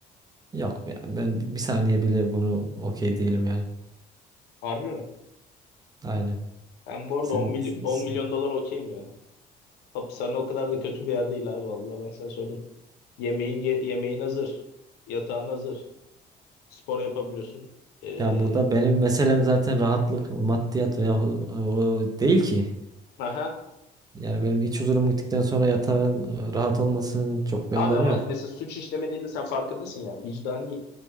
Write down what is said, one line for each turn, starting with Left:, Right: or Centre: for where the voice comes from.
Right: Yok ya ben bi- bir saniye bile bunu okey değilim yani.
Left: Harbi mi?
Right: Aynen.
Left: Ben bu arada
Right: Sen,
Left: 10, mily-
Right: sen-
Left: 10
Right: sen-
Left: milyon dolar okeyim ya. Hapishane o kadar da kötü bir yer değil abi vallahi ben sana söyleyeyim. Yemeğin ye- yemeğin hazır. Yatağın hazır. Spor yapabiliyorsun. Ee,
Right: ya burada benim meselem zaten rahatlık, maddiyat veya hu- o değil ki.
Left: aha,
Right: Yani benim iç huzurum gittikten sonra yatağın e, rahat olmasının çok bir
Left: Abi
Right: anlamı
Left: ama
Right: yok.
Left: mesela suç işlemediğini sen farkındasın ya. Vicdani